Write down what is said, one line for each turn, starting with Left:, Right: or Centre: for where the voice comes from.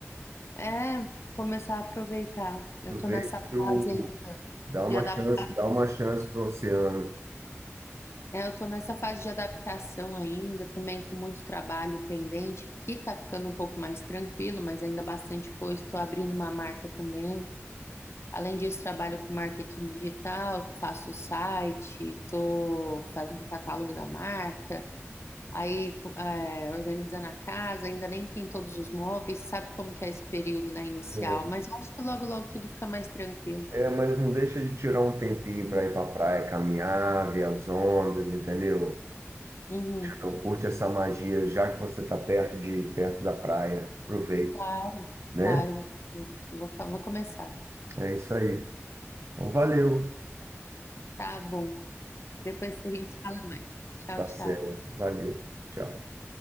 Left: É, começar a aproveitar. Eu
Right: aproveita
Left: tô nessa fase
Right: que o...
Left: aí
Right: dá uma
Left: de adaptar.
Right: chance, dá uma chance para o oceano.
Left: É, eu tô nessa fase de adaptação ainda, também com muito trabalho pendente, que tá ficando um pouco mais tranquilo, mas ainda bastante coisa. Estou abrindo uma marca também. Além disso, trabalho com marketing digital, faço site, estou fazendo catálogo da marca, aí co- é, organizando a casa, ainda nem tem todos os móveis, sabe como que é esse período, né, inicial,
Right: É.
Left: mas eu acho que logo, logo tudo fica mais tranquilo.
Right: É, mas não deixa de tirar um tempinho para ir para praia, caminhar, ver as ondas, entendeu?
Left: Uhum.
Right: Eu curte essa magia, já que você está perto de perto da praia, aproveita,
Left: Claro,
Right: né?
Left: claro, vou, vou, vou começar.
Right: É isso aí. Então, valeu.
Left: Tá bom. Depois a gente fala mais. Tchau,
Right: Tá
Left: tchau.
Right: certo. Valeu. Tchau.